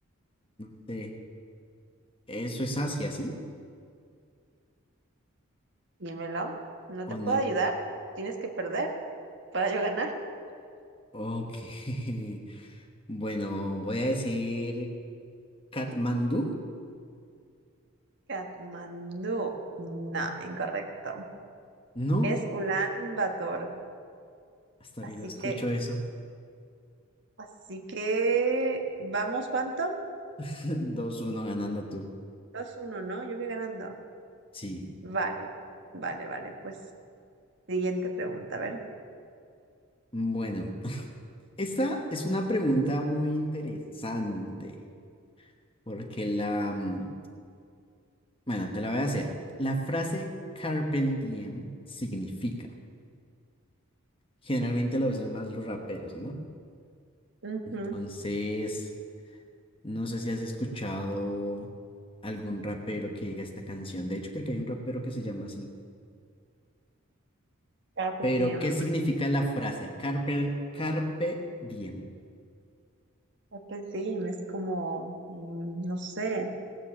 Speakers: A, on the left; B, on the right.
A: no sé. Eso es Asia, ¿sí?
B: Dímelo. No
A: O
B: te puedo
A: no hay.
B: ayudar. Tienes que perder para yo ganar.
A: Ok. <laughs> Bueno, voy a decir Katmandú.
B: Katmandú. No, incorrecto.
A: No,
B: Es Ulan Bator.
A: hasta ahorita
B: Así
A: escucho
B: que,
A: eso.
B: así que, ¿vamos cuánto?
A: <laughs> dos uno ganando tú.
B: Dos uno, ¿no? Yo voy ganando.
A: Sí.
B: Vale, vale, vale. Pues siguiente pregunta, a ver.
A: Bueno, <laughs> esta es una pregunta muy interesante. Porque la. mm, Bueno, te la voy a hacer. La frase Carpe Diem significa. Generalmente la usan más los raperos, ¿no?
B: Ujú.
A: Entonces. No sé si has escuchado algún rapero que diga esta canción. De hecho, creo que hay un rapero que se llama así.
B: Carpe
A: Pero,
B: diem.
A: ¿qué significa la frase? Carpe, carpe diem.
B: Carpe diem es como, mm, no sé,